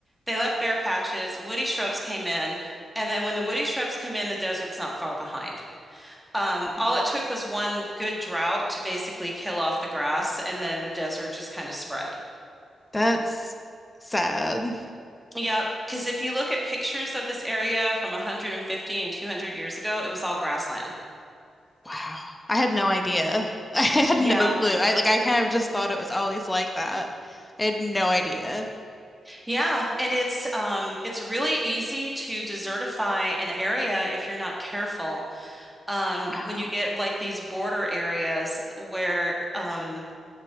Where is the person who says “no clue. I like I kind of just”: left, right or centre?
Left